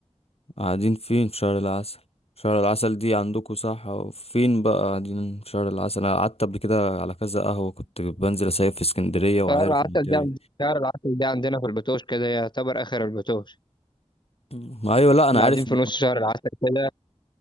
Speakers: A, on the left; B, on the left.
A: قاعدين فين في شهر العسل شهر العسل دي عندكوا صح فين بقى قاعدين في شهر العسل انا قعدت قبل كده على كذا قهوة كنت بنزل اسيف في اسكندرية وعارف
B: شهر العسل
A: المنطقة
B: ده
A: دي
B: عند- شهر العسل ده عندنا في البتوش كده يعتبر آخر البتوش
A: مم. ايوه لا انا
B: كنا قاعدين
A: عارف
B: في
A: الم-
B: نص شهر العسل كده